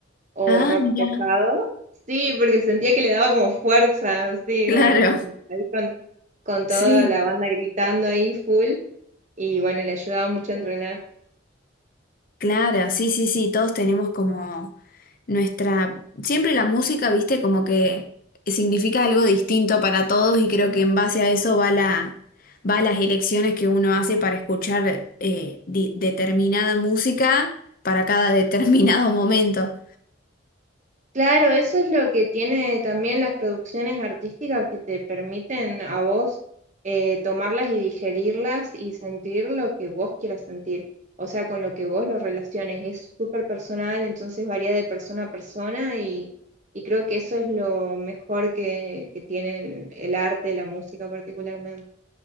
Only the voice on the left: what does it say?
Ah,
mira,
claro,
sí,
claro, sí, sí, sí, todos tenemos como nuestra, siempre la música, viste, como que significa algo distinto para todos y creo que en base a eso va la, va las elecciones que uno hace para escuchar eh, di- determinada música para cada <laughs> determinado momento.